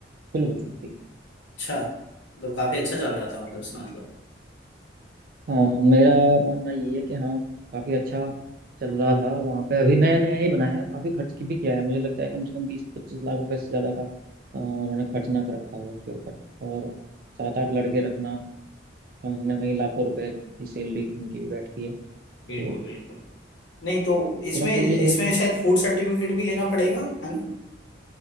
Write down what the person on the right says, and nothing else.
फुल हो चुकी
थी
हाँ मेरा मानना ये है कि हाँ काफी अच्छा चल रहा था वहाँ पे अभी नया नया ही बनाया है काफी खर्च की भी किया है मुझे लगता है कम से कम बीस पच्चीस लाख रुपए से ज्यादा का अ, उन्होंने खर्च ना कर रखा हो उसके ऊपर और सात आठ लड़के रखना कहीं ना कहीं लाखों रुपए की सैलरी उनकी भी बैठती है
तो
थोड़ा सा ये
है कि